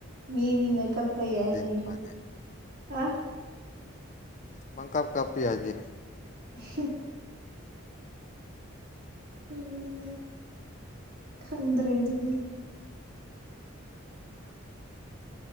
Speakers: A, on the right; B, on the left.
A: ꯃꯤꯅꯤꯅ ꯀꯞꯄ ꯌꯥꯏꯅꯦ
B: ꯅꯨꯄꯥꯗꯤ
A: ꯍꯥ
B: ꯃꯪ ꯀꯥꯞ ꯀꯥꯄꯤꯤ ꯍꯥꯏꯖꯤ
A: <inaudible> ꯍ ꯈꯪꯗ꯭ꯔꯦ ꯑꯗꯨꯗꯤ